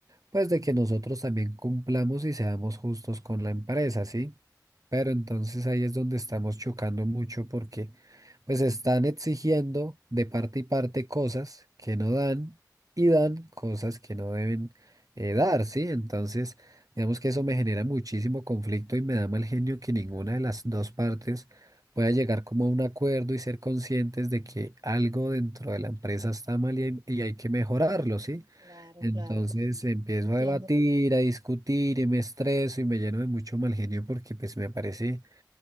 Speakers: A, on the right; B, on the right.
A: pues de que nosotros también cumplamos y seamos justos con la empresa, ¿sí? Pero entonces ahí es donde estamos chocando mucho porque pues están exigiendo de parte y parte cosas que no dan y dan cosas que no deben eh, dar, ¿sí? Entonces digamos que eso me genera muchísimo conflicto y me da mal genio que ninguna de las dos partes pueda llegar como a un acuerdo y ser conscientes de que algo dentro de la empresa está mal y hay, y hay que mejorarlo, ¿sí?
B: Claro,
A: Entonces
B: claro,
A: empiezo
B: entiendo.
A: a debatir, a discutir y me estreso y me lleno de mucho mal genio porque pues me parece